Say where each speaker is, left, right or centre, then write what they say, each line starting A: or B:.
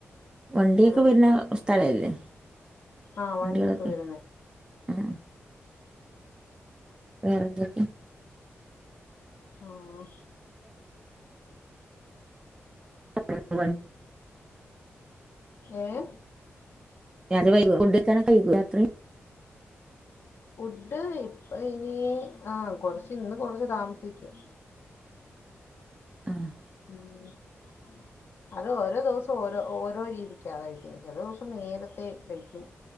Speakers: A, on the right (about 20°); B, on the left (about 55°).
A: വണ്ടിയൊക്കെ
B: പ്രശ്നം
A: വരുന്ന സ്ഥലല്ലേ?
B: ആ
A: വണ്ടികളൊക്കെ
B: വണ്ടിയൊക്കെ വരുന്നേ
A: ആഹ് വേറെന്തൊക്കെ?
B: ആഹ്
A: രാത്രി പണി
B: ഏഹ്
A: <unintelligible> ഫുഡ് കഴ്ക്കാനൊക്കെ വൈകോ രാത്രി
B: ഫുഡ് ഇപ്പ ഇനി ആഹ് കൊർച്ച് ഇന്ന് കൊർച്ച് താമസിക്കും
A: ആഹ്
B: <unintelligible> അത് ഓരോ ദിവസോം ഓരോ ഓരോ രീതിക്കാ കഴിക്കുന്നത്. ചെല ദിവസോം നേരത്തെ കഴിക്കും